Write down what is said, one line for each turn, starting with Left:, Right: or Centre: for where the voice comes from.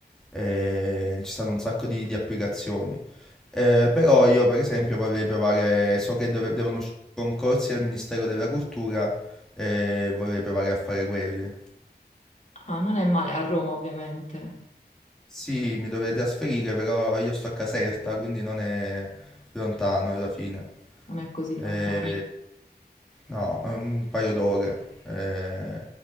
Centre: Eh, ci stanno un sacco di di applicazioni. Eh, però io per esempio vorrei provare, so che dove- devono uscire concorsi al Ministero della Cultura e vorrei provare a fare quelli.
Left: Ah, non è male, a Roma, ovviamente,
Centre: Sì, mi dovrei trasferire, però io sto a Caserta, quindi non è lontano alla fine.
Left: non è così lontano.
Centre: Eh, no, è un paio d'ore. Eh,